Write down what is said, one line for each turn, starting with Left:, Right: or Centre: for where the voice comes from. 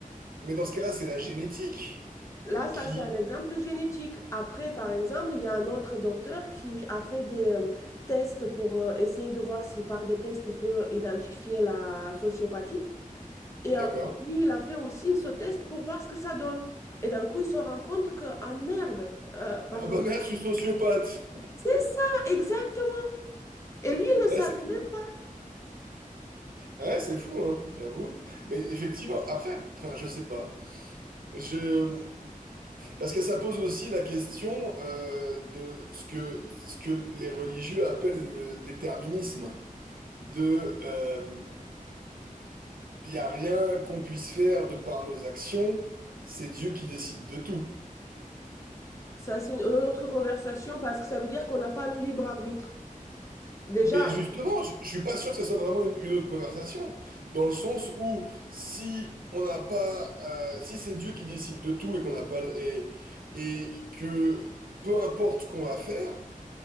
Right: Mais dans ce cas-là, c'est la génétique
Left: Là, ça,
Right: qui...
Left: c'est un exemple génétique. Après, par exemple, il y a un autre docteur qui a fait des euh, tests pour euh, essayer de voir si par des tests, il peut identifier la sociopathie. Et
Right: D'accord.
Left: en fait, lui, il a fait aussi ce test pour voir ce que ça donne. Et d'un coup, il se rend compte que, ah merde, euh, pardon,
Right: Ah bah merde, je suis sociopathe.
Left: c'est ça, exactement Et lui, il
Right: Ouais,
Left: le savait
Right: c'est fou.
Left: même pas.
Right: Ouais, c'est fou, hein, j'avoue. Mais effectivement, après, enfin, je sais pas. Je... Parce que ça pose aussi la question euh, de ce que, ce que les religieux appellent le déterminisme de euh, Il n'y a rien qu'on puisse faire de par nos actions, c'est Dieu qui décide de tout.
Left: Ça, c'est une une autre conversation parce que ça veut dire qu'on n'a pas le libre arbitre. Déjà,
Right: Mais Oui. justement,
Left: je suis
Right: je, je suis pas sûr que ça soit vraiment une, une autre conversation, dans le sens où si on n'a pas, euh, si c'est Dieu qui décide de tout et qu'on n'a pas, le- et, et que peu importe ce qu'on va faire,